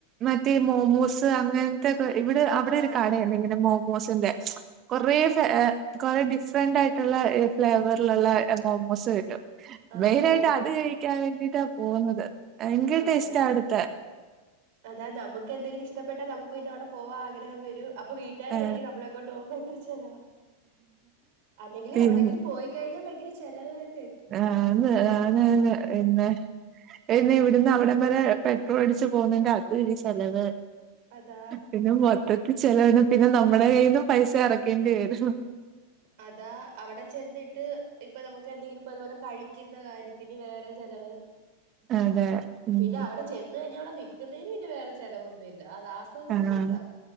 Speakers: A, on the right; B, on the right.
A: മറ്റേ മോമോസ് അങ്ങൻത്തെക്കെ ഇവിടെ അവിടൊരു
B: ആഹ്
A: കടയുണ്ട് ഇങ്ങനെ മോമോസിന്റെ കൊറേ ഫേ ഏ കൊറേ ഡിഫറന്റ് ആയിട്ടുള്ള ഫ്ലേവറിലുള്ള മോമോസ് കിട്ടും
B: ആഹ്
A: മെയിനായിട്ട്
B: പലതരത്തി
A: അത് കഴിക്കാൻ വേണ്ടിട്ടാ പോകുന്നത് ഭയങ്കര
B: ആഹ്
A: ടേസ്റ്റാ
B: അതാ
A: അവിടുത്തെ
B: അതാ നമുക്ക് എന്തെങ്കിലും ഇഷ് ഇഷ്ടപ്പെട്ട നമുക്ക് പിന്നെ അവിടെ പോവാ ആഗ്രഹം വരും അപ്പ വീട്ടുകാര്വിചാരിക്കും
A: ഏ,
B: നമ്മളെ കൊണ്ട് പോകുമ്പക്കിന് ചെലവാ അല്ലെങ്കിലെ
A: പിന്നെ
B: എവിടെങ്കിലും പോയി കഴിഞ്ഞാ ഭയങ്കര ചെലവ്ന്നെ
A: ആന്ന് ആണ് ആണ് പിന്നെ പിന്നെ ഇവിടുന്ന് അവിടംവരേ പെട്രോൾ അടിച്ച് പോകുന്നേന്റെ അത് ഒരു ചെലവ്
B: അതാ
A: പിന്നെ മൊത്തത്തിൽ ചെലവാണ് പിന്നെ നമ്മുടെ കയ്യിന്ന് പൈസ എറക്കേണ്ടി വരും
B: അതാ അവടെ ചെന്നിട്ട് ഇപ്പ നമുക്ക് എന്തെങ്കിലും ഇപ്പ അതുപോലെ കഴിക്കുന്ന കാര്യത്തിന് വേറെ ചെലവ്
A: അതെ ഉം
B: പിന്നെ അവടെ ചെന്ന് കഴിഞ്ഞാ അവടെ നി നിക്കുന്നയ്ന് പിന്നെ വേറെ ചെലവൊന്നു ഇല്ല അത് ആസ്വദിച്ച്
A: ആഹ്
B: നിക്കാ.